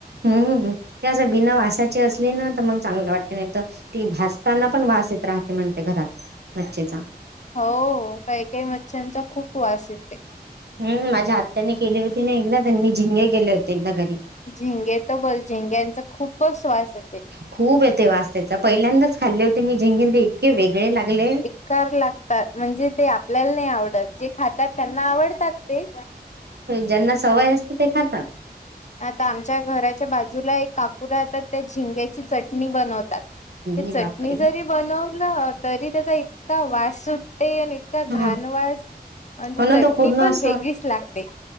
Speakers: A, on the right (about 85°); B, on the left (about 45°).
A: हम्म अस बिना वासाची असली ना तर मग चांगलं वाट नाही तर. ती भासताना पण वासेत राहते म्हणते घरात मच्छीचा.
B: हो काही काही मच्छ्यांचा खूप वास येतेय.
A: हम माझ्या आत्त्याने केली होती ना एकदा त्यांनी झिंगे गेले होते एकदा घरी.
B: झेंगे तर बर झेंग्यांचा खूपच श्वास येते.
A: खूप येते वासतेचा पहिल्यांदाच खाल्ले होते मी झेंगे ते इतके वेगळे लागले.
B: कार लागतात म्हणजे ते आपल्याला नाही आवडत जे. खातात त्यांना आवडतात ते.
A: जना सवय अस''--'' ते खातात.
B: आता आमच्या घराच्या बाजूला एक काकू राहतात त्या झिंग्याची चटणी बनवतात. ते चटणी
A: ये बापरे
B: जरी बनवलं तरी त्याचा इतका वास सुटते आणि. इतका घाणवास
A: ह
B: आणि
A: हो ना
B: चटणी
A: तो पूर्ण
B: पण
A: असं
B: वेगळीच लागते.